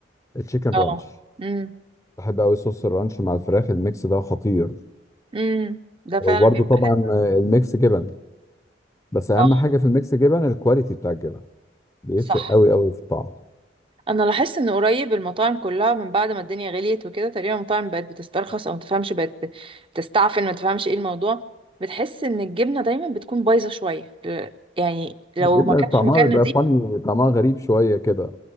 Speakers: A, on the left; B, on the right.
A: التشيكن
B: اه
A: رانش
B: امم
A: بحب قوي صوص الرانش مع الفراخ الميكس ده خطير
B: امم ده فعلا
A: وبرده
B: بيبقى
A: طبعا
B: حلو
A: آه، الميكس جبن بس أهم
B: اه
A: حاجة في الميكس جبن الكواليتي بتاع الجبن بيفرق
B: صح
A: قوي قوي في الطعم
B: انا لاحظت ان قريب المطاعم كلها من بعد ما الدنيا غليت وكده تقريبا المطاعم بقت بتسترخص او ما تفهمش بقت تستعفن ما تفهمش ايه الموضوع بتحس ان الجبنة دايما بتكون بايظة شوية ال- يعني لو
A: الجبنه
B: ما كانش
A: طعمها
B: مكان
A: بيبقى
B: نضيف
A: فاني طعمها غريب شويه كده